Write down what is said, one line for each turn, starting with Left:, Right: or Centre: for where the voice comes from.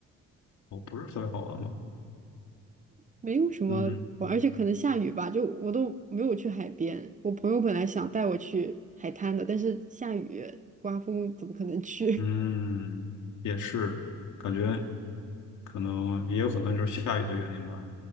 Left: 我不是特别好玩吗？
Right: 没有什么好玩，
Left: 嗯
Right: 而且可能下雨吧，就我都没有去海边。我朋友本来想带我去海滩的，但是下雨刮风，怎么可能去？
Left: 嗯，
Right: <laughs>
Left: 也是，感觉可能也有可能就是下雨的原因吧。